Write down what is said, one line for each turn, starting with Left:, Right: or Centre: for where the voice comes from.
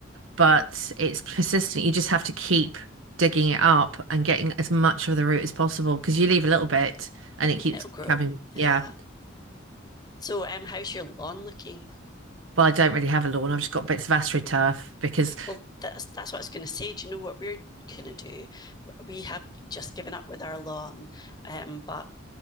Right: but it's persistent. You just have to keep digging it up and getting as much of the root as possible because you leave a little bit and it keeps
Left: and it'll grow.
Right: coming. Yeah.
Left: Yeah. So um, how's your lawn looking?
Right: Well, I don't really have a lawn. I've just got bits of astroturf because
Left: Well, that's that's what I was going to say. Do you know what we're going to do? We have just given up with our lawn, um, but